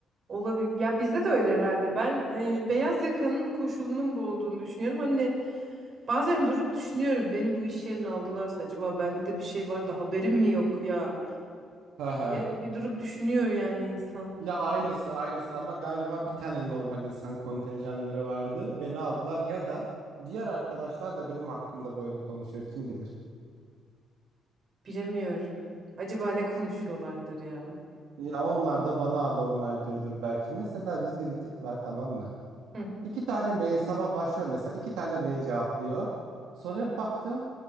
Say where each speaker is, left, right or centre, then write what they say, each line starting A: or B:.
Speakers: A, on the right; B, on the right.
A: Olabilir. Ya bizde de öyle herhalde. Ben e, beyaz yakanın koşulunun bu olduğunu düşünüyorum. Hani bazen durup düşünüyorum. Beni bu iş yerine aldılarsa acaba bende de bir şey var da haberim mi yok ya?
B: Hı hı.
A: diye bir durup düşünüyor yani insan.
B: Ya aynısı aynısı ama galiba bir tane normal insan kontenjanları vardı. Beni aldılar ya da diğer arkadaşlar da benim hakkımda böyle konuşuyor kim bilir.
A: Bilemiyorum. Acaba ne konuşuyorlardır ya?
B: Ya onlar da bana anormal diyordur belki. Mesela bizde bir tip var tamam mı?
A: Hı.
B: İki tane mail sabah başlıyor mesela iki tane mail cevaplıyor. Sonra bir baktım